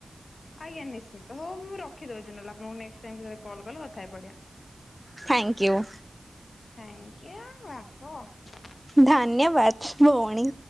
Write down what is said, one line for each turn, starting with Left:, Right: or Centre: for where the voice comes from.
Left: ଆଜ୍ଞା ନିଶ୍ଚନ୍ତ ହଉ ମୁଁ ରଖିଦଉଚି ନହେଲେ ଆପଣଙ୍କୁ ନେଷ୍ଟ ଟାଇମ କଲ କଲେ କଥା ହେଇ ପଡିବି।
Centre: Thank you.
Left: ଥ୍ୟାଙ୍କୟୁ ବାପ।
Centre: ଧନ୍ୟବାଦ ଭଉଣୀ।